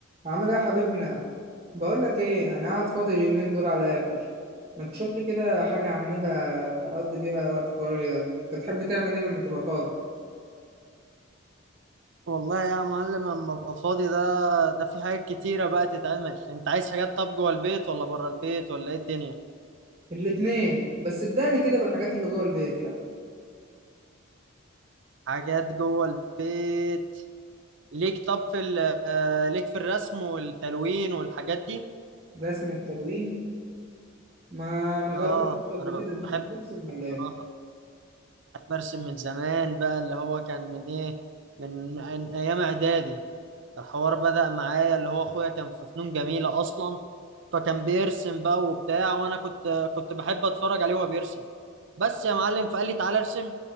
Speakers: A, on the right; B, on the right.
A: عامل ايه يا حبيبنا بقول لك ايه انا قاعد فاضي اليومين دول على الاخر ما تشوف لي كده حاجه اعملها اقضي بيها وقت فراغي ده انت بتحب تعمل ايه لما تبقى فاضي
B: والله يا معلم اما ابقى فاضي ده ده في حاجات كتيرة بقى تتعمل انت عايز حاجات طب جوه البيت ولا بره البيت ولا ايه الدنيا
A: الاتنين بس ابدأ لي كده بالحاجات اللي جوه البيت يعني
B: حاجات جوه البيت ليك طب في ال- آه، ليك في الرسم والتلوين والحاجات دي
A: رسم التلوين ما ما جربتش
B: اه
A: قبل
B: انا
A: كده انت
B: بحب
A: بترسم
B: أرسم
A: ولا
B: بصراحة
A: ايه
B: بحب ارسم من زمان بقى اللي هو كان من ايه من من ايام اعدادي الحوار بدأ معايا اللي هو اخويا كان في فنون جميلة اصلا فكان بيرسم بقى وبتاع وانا كنت كنت بحب اتفرج عليه وهو بيرسم بس يا معلم فقال لي تعالى ارسم